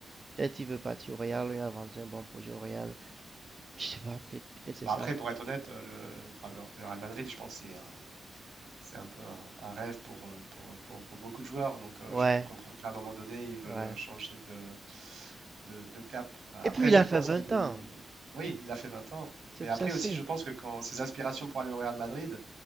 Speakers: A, on the right (about 35°); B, on the right (about 80°).
A: Peut-être il veut partir au Real, il a vendu un bon projet au Real. Je sais pas, peut-être, peut-être c'est
B: bah
A: ça.
B: après, pour être honnête, euh, le, enfin, le, le Real Madrid, je pense, c'est un, C'est un peu un, un rêve pour, euh, pour, pour- pour beaucoup de joueurs, donc euh,
A: Ouais,
B: je peux comprendre qu'à un moment donné, ils veulent
A: ouais.
B: euh, changer de, de, de cap. Après,
A: Et puis il
B: je
A: a
B: pense
A: fait 20
B: qu'il...
A: ans.
B: Oui, il a fait 20 ans,
A: C'est
B: mais après
A: ça, c'est.
B: aussi, je pense que quand ses aspirations pour aller au Real Madrid,